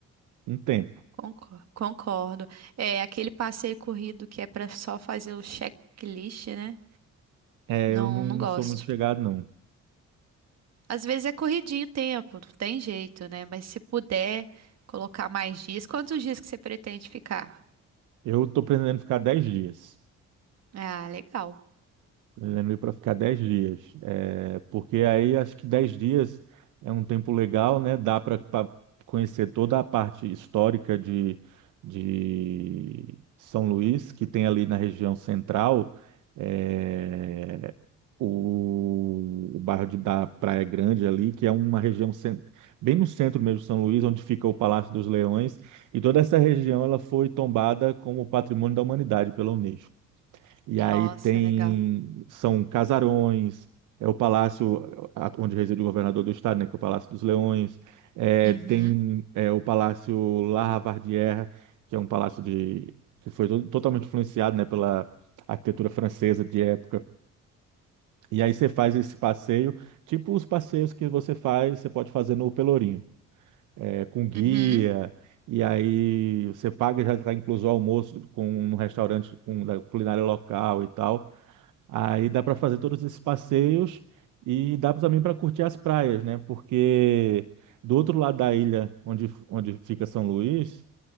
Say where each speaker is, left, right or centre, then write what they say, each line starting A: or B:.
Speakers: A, on the right; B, on the right.
A: um tempo.
B: Concor- Concordo. É aquele passeio corrido que é pra só fazer o checklist, né?
A: É,
B: Não,
A: eu não
B: não gosto.
A: sou muito chegado, não.
B: Às vezes é corridinho o tempo, não tem jeito, né? Mas se puder colocar mais dias, quantos dias que você pretende ficar?
A: Eu estou pretendendo ficar 10 dias.
B: Ah, legal.
A: Pretendendo ir para ficar 10 dias. É, porque aí acho que 10 dias é um tempo legal, né? Dá para conhecer toda a parte histórica de, de São Luís, que tem ali na região central, é, o, o bairro de- da Praia Grande ali, que é uma região cen- bem no centro mesmo de São Luís, onde fica o Palácio dos Leões. E toda essa região ela foi tombada como patrimônio da humanidade pela Unesco. E
B: Nossa,
A: aí tem,
B: legal.
A: são casarões, é o palácio a- onde reside o governador do estado, né, que é o Palácio dos Leões, é,
B: Uhum,
A: tem é, o Palácio La Lavardière, que é um palácio de, que foi to- totalmente influenciado, né, pela arquitetura francesa de época. E aí você faz esse passeio, tipo os passeios que você faz, você pode fazer no Pelourinho, é, com guia,
B: uhum,
A: e aí você paga, já está incluso o almoço com, no restaurante com, da culinária local e tal. Aí dá para fazer todos esses passeios e dá também para curtir as praias, né? Porque do outro lado da ilha, onde, onde fica São Luís,